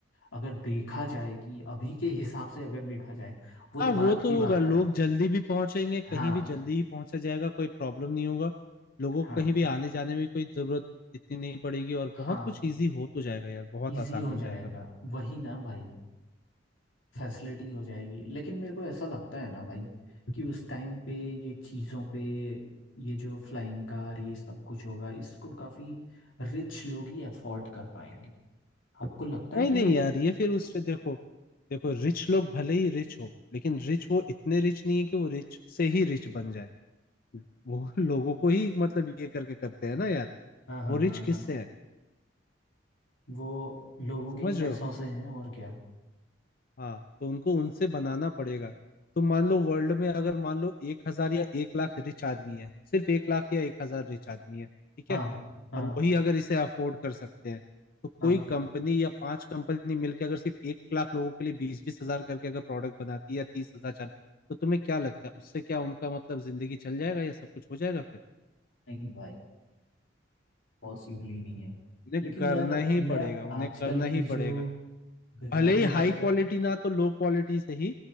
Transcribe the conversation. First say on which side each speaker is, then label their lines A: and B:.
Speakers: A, on the left; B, on the left.
A: अगर देखा जाए कि अभी के हिसाब से अगर देखा जाए वो
B: हाँ
A: तो बात
B: वो तो
A: की बात
B: होगा लोग
A: है
B: जल्दी भी पहुंचेंगे कहीं
A: हाँ
B: भी जल्दी ही पहुंचा जाएगा कोई प्रॉब्लम नहीं होगा लोगों को
A: हाँ
B: कहीं भी आने जाने में कोई जरूरत इतनी नहीं पड़ेगी और बहुत
A: हाँ
B: कुछ इजी हो तो जाएगा यार बहुत
A: इजी
B: आसान
A: हो
B: हो
A: जाएगा
B: जाएगा
A: वही ना भाई फैसिलिटी हो जाएगी लेकिन मेरे को ऐसा लगता है ना भाई कि उस टाइम पे ये चीज़ों पे ये जो फ्लाइंग कार ये सब कुछ होगा इसको काफ़ी रिच लोग ही अफोर्ड कर पाएंगे आपको लगता है
B: नहीं
A: कि
B: नहीं
A: ये
B: यार ये फिर उस पे देखो देखो रिच लोग भले ही रिच हो लेकिन रिच वो इतने रिच नहीं है कि वो रिच से ही रिच बन जाए वो लोगों को ही मतलब ये करके करते हैं ना यार
A: हाँ हाँ
B: वो रिच
A: हाँ
B: किससे
A: हाँ
B: है
A: वो लोगों
B: समझ
A: के ही पैसों
B: रहे हो
A: से हैं और क्या
B: हाँ तो उनको उनसे बनाना पड़ेगा तो मान लो वर्ल्ड में अगर मान लो एक हजार या एक लाख रिच आदमी है सिर्फ एक लाख या एक हजार रिच आदमी है ठीक
A: हाँ
B: है
A: हाँ
B: और वही अगर इसे अफोर्ड कर सकते हैं तो कोई
A: हाँ
B: कंपनी या पांच कंपनी मिलकर अगर सिर्फ एक लाख लोगों के लिए बीस बीस हजार करके अगर प्रोडक्ट बनाती है या तीस हजार चार तो तुम्हें क्या लगता है उससे क्या उनका मतलब जिंदगी चल जाएगा या सब कुछ हो जाएगा फिर
A: नहीं भाई पॉसिबल ही नहीं है
B: उन्हें
A: लेकिन
B: करना
A: यार
B: ही
A: मैं
B: पड़ेगा उन्हें
A: आजकल
B: करना
A: की
B: ही पड़ेगा
A: जो गरीबी
B: भले ही हाई
A: वगैरह
B: क्वालिटी ना तो लो क्वालिटी से ही